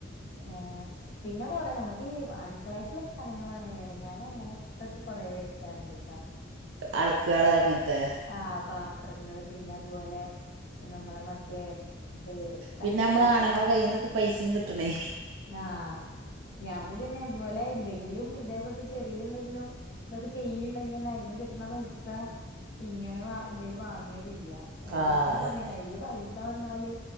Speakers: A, on the left; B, on the right.
A: ആഹ് പിന്നെ കൊറേ ഞമക്ക് ഈ അടുക്കളേ ഇക്കുള്ള സാനങ്ങളാണ്. ഏറെ ഞാൻ അങ്ങനെത്തൊക്കെ കൊറേ വേ ക്ക്യാറുണ്ട്ട്ട
B: ആൾക്കേള് അങ്ങൻത്തെ
A: ആ പാത്രങ്ങള്. പിന്നെ അതുപോലെ നമ്മള മറ്റേ ഇത് കട്ടി
B: പിന്നെ നമ്മള ആണുങ്ങളെ കൈയിന്നൊക്കെ പൈസയും കിട്ടണേ
A: ആഹ് ഞാനിതന്നെ ഇത്പോലെ എന്തെങ്കിലും ഇതേപോല്ത്തെ ചെറിയ എന്തെങ്കിലും ഇതൊക്കെ ചെയ്യണ്ടെങ്ങനെ ഇന്ന് കിട്ട്ണ പൈസ ഇങ്ങനെ വ എന്തേലും വാങ്ങ ചെയ്യാ കയ്യിൽ
B: ആഹ്
A: അതാ
B: അതന്നെ
A: പറഞ്ഞെ കയ്യില് വായിസ് വന്നാല്